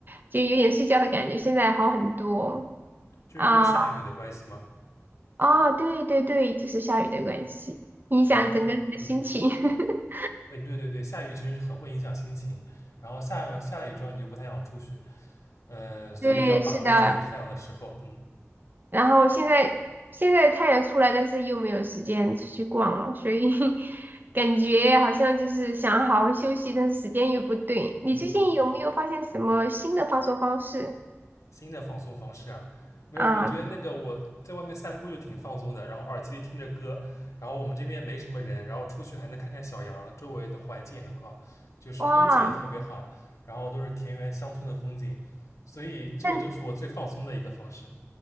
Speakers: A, on the right; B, on the left.
A: 就有点睡觉的感觉，现在好很多
B: 就是因为下雨的关系吗？
A: 啊。哦，对对对，就是下雨的关系，影响整个人的心情。
B: 然后，嗯，
A: <laughs>
B: 哎，对对对，下雨其实很会影响心情。然后下完下了雨之后，你就不太想出去，嗯，所以要把握住有太阳的时候。
A: 对，是的，
B: 嗯
A: 然后现在现在太阳出来，但是又没有时间出去逛了，所以 <laughs> 感觉好像就是想好好休息，但是时间又不对。你最近有没有发现什么新的放松方式
B: 嗯。新的放松方式啊，没有，
A: 啊？
B: 我觉得那个我在外面散步就挺放松的，然后耳机里听着歌，然后我们这边没什么人，然后出去还能看看小羊，周围的环境也很好，就是风景也特别好，
A: 哇，
B: 然后都是田园乡村的风景，所以这个就是我最放松的一个方式。
A: 那